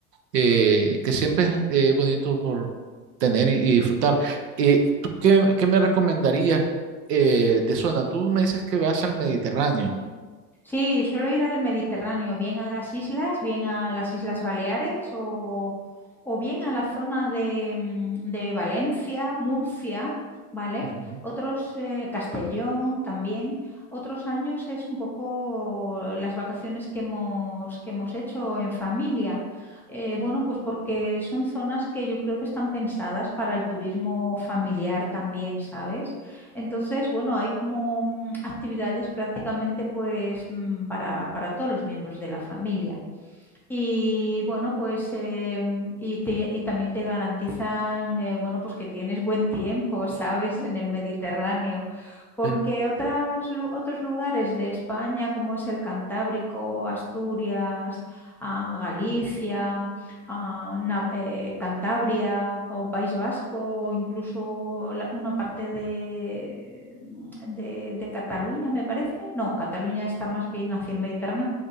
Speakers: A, on the right; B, in the centre.
A: eh, que siempre es eh, bonito por tener y, y disfrutar. Eh, ¿tú qué, qué me recomendarías eh, de zona? Tú me dices que vas al Mediterráneo,
B: Sí, suelo ir al Mediterráneo, bien a las islas, bien a las Islas Baleares o, o bien a la zona de, mm, de Valencia, Murcia, ¿vale?
A: Ujú.
B: Otros, eh, Castellón también. Otros años es un poco las vacaciones que hemos, que hemos hecho en familia. Eh, bueno, pues porque son zonas que yo creo que están pensadas para el turismo familiar también, ¿sabes? Entonces, bueno, hay como mm, actividades prácticamente pues mm, para, para todos los miembros de la familia. Y bueno, pues em, y, te- y también te garantizan, eh, bueno, pues que tienes buen tiempo, ¿sabes? En el Mediterráneo, porque
A: Sí.
B: otras, lu- otros lugares de España, como es el Cantábrico, Asturias, ah, Galicia, ah, Na- eh, Cantabria o País Vasco, o incluso la- una parte de, de, de Cataluña, me parece. No, Cataluña está más bien hacia el Mediterráneo